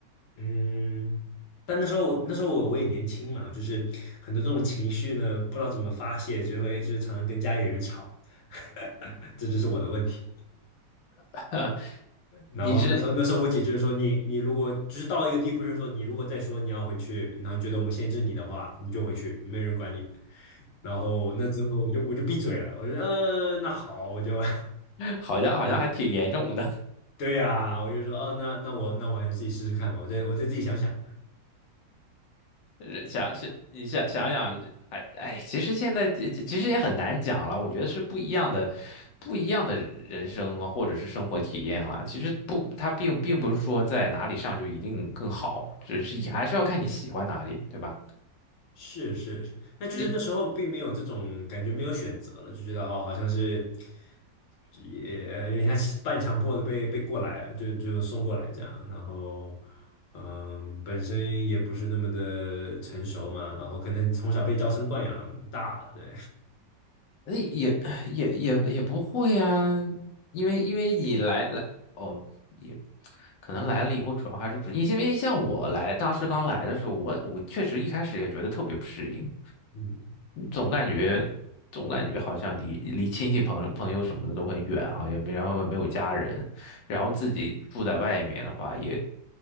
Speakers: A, on the left; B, on the left.
A: 嗯，但那时候我那时候我我也年轻嘛，就是很多这种情绪呢，不知道怎么发泄，就会就是常常跟家里人吵，<laughs> 这就是我的问题。
B: <laughs>
A: 然后那时候那时候我姐就是说你你如果就是到了一个地步，
B: 你是
A: 就是说你如果再说你要回去，然后觉得我们限制你的话，你就回去，没人管你。然后那之后我就我就闭嘴了，我就呃那好，我就
B: 好像好像还挺严重的。
A: <laughs>。对呀、我就说，哦，那那我那我还是自己试试看吧，我再我再自己想想。
B: 呃想是你想想想，哎哎，其实现在其其实也很难讲了。我觉得是不一样的，不一样的人生啊，或者是生活体验了。其实不，它并并不是说在哪里上就一定更好，只是也还是要看你喜欢哪里，对吧？
A: 是是是，那就是那时候并没有这种感觉，
B: 你
A: 没有选择了，就觉得哦，好像是也呃有点像是半强迫的被被过来了，就就送过来这样。然后，嗯，本身也不是那么的成熟嘛，然后可能从小被娇生惯养大了，对，
B: 那也也也也不会啊，因为因为你来来哦，也可能来了以后，主要还是不，因为因为像我来当时刚来的时候，我我确实一开始也觉得特别不适应。
A: 嗯
B: 总感觉总感觉好像离离亲戚朋朋友什么的都很远哈，也没然后也没有家人，然后自己住在外面的话，也